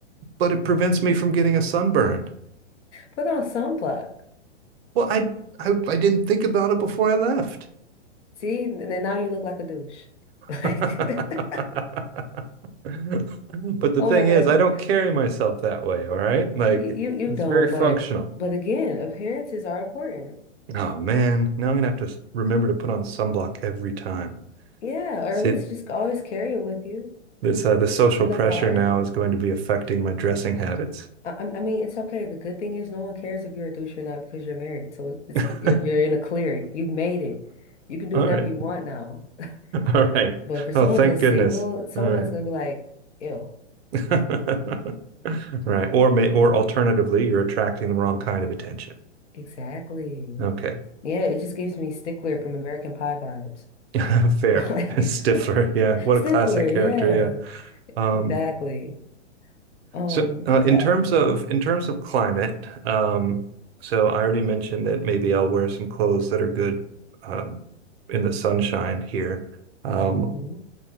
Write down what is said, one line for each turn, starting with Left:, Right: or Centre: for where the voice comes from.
Right: but it prevents me from getting a sunburn.
Left: Put on sunblock.
Right: Well, I I, I didn't think about it before I left.
Left: See, and then now you look like a douche. <laughs> Like,
Right: <laughs>
Left: <laughs>
Right: <laughs> But the
Left: oh
Right: thing
Left: my
Right: is,
Left: gosh,
Right: I don't carry myself that way, all right? Like
Left: you you you
Right: it's
Left: not
Right: very functional.
Left: but but again, appearances are important.
Right: Oh man, now I'm gonna have to s- remember to put on sunblock every time.
Left: Yeah, or
Right: See,
Left: at least just always carry it with you
Right: this uh, the social
Left: in
Right: pressure
Left: the car.
Right: now is going to be affecting my dressing habits.
Left: I, I I mean, it's okay. The good thing is no one cares if you're a douche or not because you're married. So it's
Right: <laughs>
Left: g- you're
Right: All
Left: you're in a clear. You've made it. You can do
Right: right.
Left: whatever you want now. <laughs>
Right: All right.
Left: But for someone
Right: Oh, thank
Left: that's
Right: goodness.
Left: single, someone's
Right: All
Left: gonna be like, "Ew."
Right: right. <laughs> Right. Or may or alternatively, you're attracting the wrong kind of attention.
Left: Exactly.
Right: Okay.
Left: Yeah, it just gives me Stickler from American Pie vibes. <laughs>
Right: <laughs> Fair.
Left: Like
Right: <laughs> Stifler. Yeah. What
Left: Stickler,
Right: a classic character.
Left: yeah.
Right: Yeah. Um
Left: Exactly. Um,
Right: So, uh, in
Left: uh,
Right: terms of in terms of climate, um, so I already mentioned that maybe I'll wear some clothes that are good um, in the sunshine here. Um,
Left: mhm.